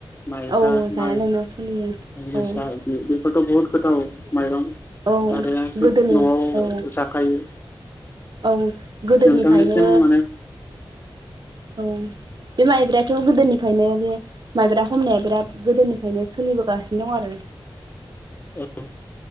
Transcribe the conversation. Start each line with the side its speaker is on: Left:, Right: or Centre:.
Left: माइब्रा
Right: औ जानाय
Left: माइ
Right: लोंनायाव सोलियो
Left: जोसा
Right: औ
Left: बेफोरथ' बहुत गोथाव माइरं
Right: औ
Left: आरोलाय
Right: गोदोनि
Left: न'आव
Right: औ
Left: जाखायो
Right: औ गोदोनिफ्रायनो
Left: नोंथां निसिम माने
Right: औ बे माइब्रायाथ' गोदोनिफ्रायनो बे माइब्रा हमनाया बिराद गोदोनिफ्रायनो सोलिबोगासिनो दं आरो <inaudible>
Left: औ